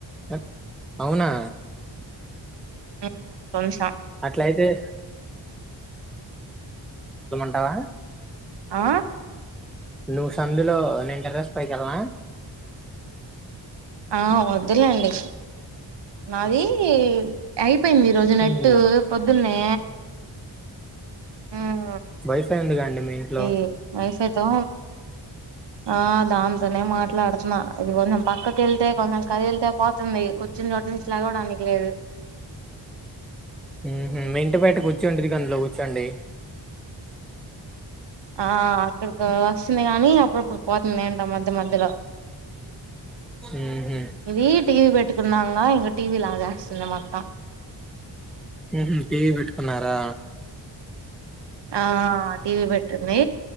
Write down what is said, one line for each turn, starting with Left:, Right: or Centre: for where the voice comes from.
Centre: <unintelligible> అవునా
Right: ఉమ్ కొన్షా
Centre: అట్లయితే డు మంటావా
Right: ఆ
Centre: నువ్వు సందులో నేన్ టెర్రస్ పైకెళ్ళన
Right: ఆ వద్దు లేండి నాది అయి పోయింది ఈ రోజు నెట్టు
Centre: హ్మ్
Right: పొద్దున్నే ఉమ్
Centre: వైఫై ఉందిగా అండి మీ ఇంట్లో
Right: ఈ వైఫైతో ఆ దాంతోనే మాట్లాడుతున్న ఇదిగో నా పక్కక్ కెళ్తే కొంచెం కదిల్తే పోతుంది కూర్చున్ చోటు నుంచి లాగవడానికి లేదు
Centre: ఉహు మీ ఇంటి బయట కూర్చోండి ఇవి గందులో కూర్చోండి
Right: ఆ అక్కడికి వస్తుంది కానీ అప్పుడప్పుడు పోతుంది ఏంటో మధ్య మధ్యలో
Centre: ఉహూ
Right: ఇది టీవీ పెట్టుకున్నంగా ఇంగ టీవీ లాగా అస్తుంది మొత్తం
Centre: ఉహు టీవీ పెట్టుకున్నారా
Right: ఆ టీవీ పెట్ ఉంది.